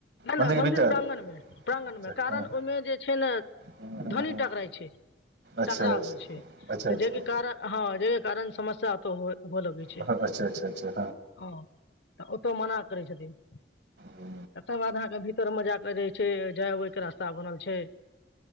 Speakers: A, on the left; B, on the right.
A: नहि
B: मंदिर
A: मंन्दिर
B: के भीतर
A: प्रांगण मे प्रांगण
B: अच्छा
A: मे, कारण
B: हँ
A: ओहिमे जे छै ने
B: हँ
A: ध्वनि
B: हँ
A: टकराइ छै
B: अच्छा
A: टकराव
B: अच्छा
A: होइ छै त
B: अच्छा
A: जाहिके कारण हँ जाहिके कारण रे एहन समस्या कहू होय। हुअ लगै छै,
B: अच्छा अच्छा अच्छा
A: हँ, तऽ ओतऽ मना करै छथिन।
B: ओ
A: एकर बाद अहाँ के भीतर में जाइके जे छै जाय अबै के रास्ता बनल छै